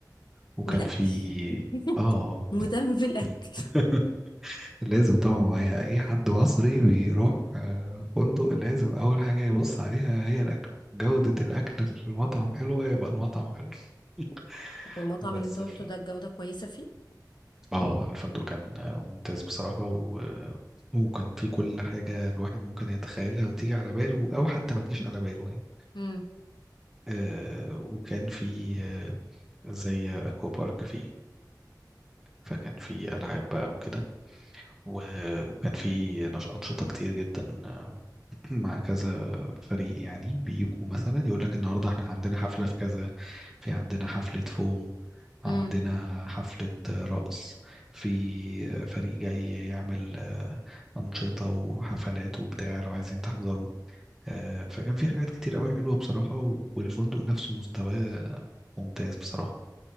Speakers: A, in the centre; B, on the left (about 85°).
A: وكان
B: الاكل
A: في
B: <laughs>
A: آه
B: مهتم بالاكل
A: <laughs> لازم طبعا ما هي اي حد مصري بيروح آه، فندق لازم اول حاجة يبص عليها هي الاكل جودة الاكل في المطعم حلوة يبقى المطعم حلو <laughs>
B: <laughs> والمطعم
A: بس
B: اللي انت روحته
A: ف...
B: ده الجوده كويسه فيه
A: آه الفندق كان آه، ممتاز بصراحة و... وكان في كل حاجة الواحد ممكن يتخيلها وتيجي على باله أو حتى ما تجيش على باله يعني
B: امم
A: آه وكان في آه زي أكوا بارك فيه فكان في ألعاب بقى وكده و- وكان في نش- أنشطة كتير جدا آه، <clears throat> مع كذا فريق يعني بيجوا مثلا يقول لك النهاردة احنا عندنا حفلة في كذا في عندنا حفلة فوم عندنا
B: امم
A: حفلة آه، رقص في آه، فريق جاي يعمل آه، أنشطة وحفلات وبتاع لو عايزين تحضروا آه، فكان في حاجات كتير قوي حلوة بصراحة و- والفندق نفسه مستواه ممتاز بصراحة